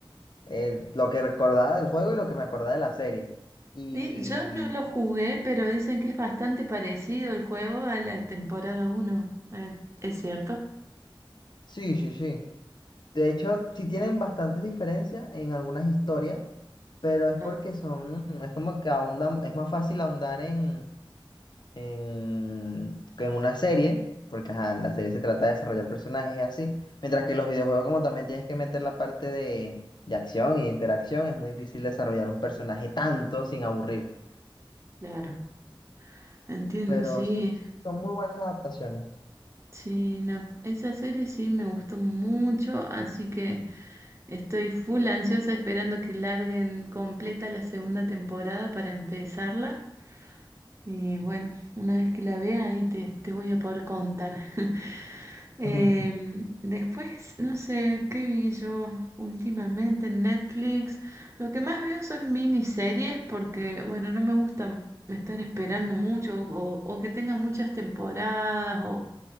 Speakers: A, on the left; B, on the right.
A: eh, lo que recordaba del juego y lo que me acordaba de la serie. Y
B: Di- Yo no lo jugué, pero dicen que es bastante parecido el juego a la temporada uno. Eh, ¿es cierto?
A: sí, sí, sí. De hecho, sí tienen bastantes diferencias en algunas historias, pero es porque
B: Ah,
A: son, es como que ahondan, es más fácil ahondar en, en, que en una serie, porque ajá, la serie se trata de desarrollar personajes y así, mientras que los videojuegos como también tienes que meter la parte de, de acción y de interacción, es muy difícil desarrollar un personaje tanto sin aburrir.
B: claro. Entiendo,
A: Pero
B: sí.
A: sí, son muy buenas adaptaciones.
B: Sí, no. Esa serie sí me gustó mucho, así que estoy full ansiosa esperando que larguen completa la segunda temporada para empezarla. Y bueno, una vez que la vea ahí te, te voy a poder contar. <laughs> Em,
A: <laughs>
B: después, no sé, ¿qué vi yo últimamente en Netflix? Lo que más veo son miniseries porque, bueno, no me gustan estar esperando mucho o, o que tengan muchas temporadas o,